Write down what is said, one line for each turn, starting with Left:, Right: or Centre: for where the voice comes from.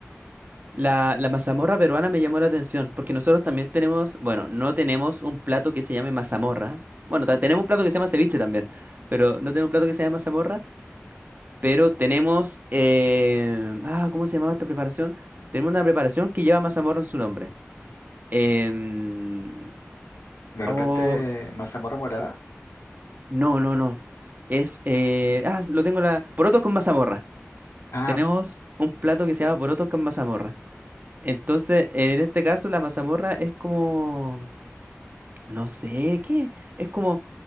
Right: La, la mazamorra peruana me llamó la atención, porque nosotros también tenemos, bueno, no tenemos un plato que se llame mazamorra. Bueno, ta- tenemos un plato que se llama ceviche también, pero no tenemos un plato que se llame mazamorra, pero tenemos, eh, ah, ¿cómo se llamaba esta preparación? Tenemos una preparación que lleva mazamorra en su nombre. Em,
Left: De repente,
Right: oh,
Left: mazamorra morada.
Right: no, no, no. Es, eh, ah, lo tengo la... Porotos con mazamorra.
Left: Ah,
Right: Tenemos un plato que se llama porotos con mazamorra. Entonces, en este caso, la mazamorra es como... No sé, ¿qué? Es como